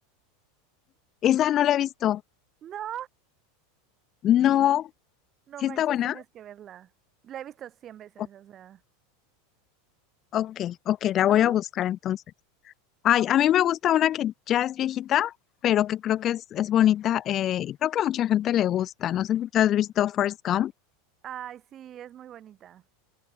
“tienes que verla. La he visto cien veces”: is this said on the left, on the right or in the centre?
Right